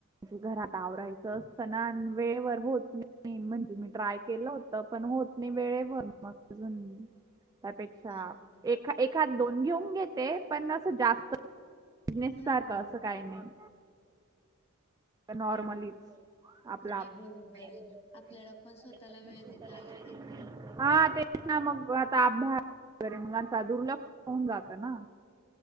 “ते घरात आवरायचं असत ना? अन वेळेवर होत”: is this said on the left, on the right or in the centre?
Right